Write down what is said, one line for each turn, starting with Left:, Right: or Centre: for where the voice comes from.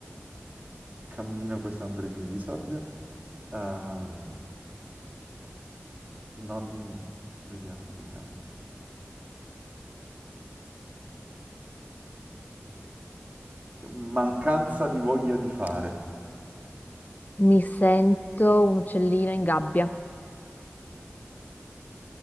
Right: Cammino con i sandali pieni di sabbia. Ehm, non... Vediamo, vediamo. Mancanza di voglia di fare.
Left: Mi sento un uccellino in gabbia.